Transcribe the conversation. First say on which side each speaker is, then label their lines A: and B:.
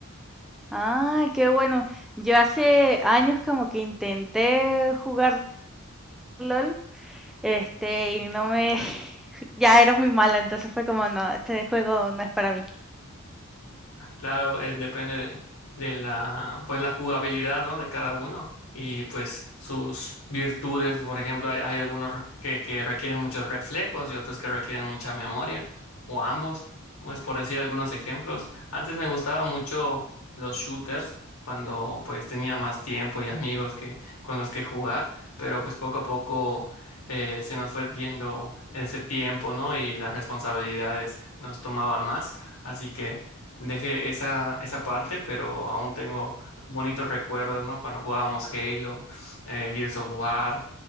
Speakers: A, in the centre; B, on the left.
A: Ah, qué bueno. Yo hace años como que intenté jugar LOL, este, y no me... <laughs> Ya era muy mala, entonces fue como, no, este juego no es para mí.
B: Claro, eh, depende de, de la, pues la jugabilidad, ¿no? de cada uno y pues sus virtudes. Por ejemplo, hay, hay algunos re- que, que requieren muchos reflejos y otros que requieren mucha memoria o ambos, pues por decir algunos ejemplos. Antes me gustaba mucho los shooters cuando pues tenía más tiempo y amigos que con los que jugar, pero pues poco a poco eh, se nos fue yendo ese tiempo, ¿no? Y las responsabilidades nos tomaban más, así que Dejé esa, esa parte, pero aún tengo bonitos recuerdos, ¿no? Cuando jugábamos Halo, eh, Gears of War,